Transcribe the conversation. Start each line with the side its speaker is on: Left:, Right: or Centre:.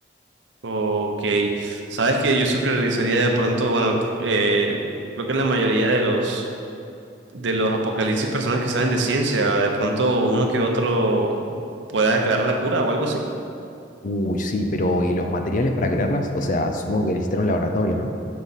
Right: Ok. Sabes que yo siempre realizaría de pronto, bueno, eh, creo que en la mayoría de los de los apocalipsis personas que saben de ciencia, de pronto uno que otro pueda crear la cura o algo así.
Left: Uy, sí, pero ¿y los materiales para crearlas? O sea, supongo que necesitarán un laboratorio, ¿no?